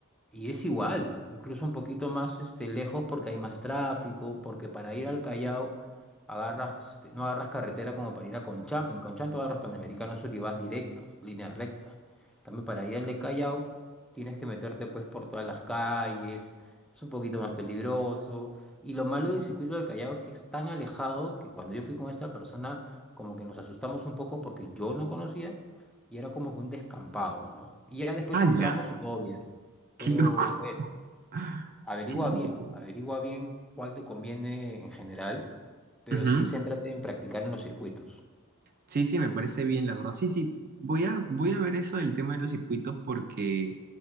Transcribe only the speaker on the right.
Ala.
Qué
loco.
<laughs>
Qué loco.
Ujú.
Sí, sí, me parece bien, la verdad. Sí, sí, voy a, voy a ver eso del tema de los circuitos porque,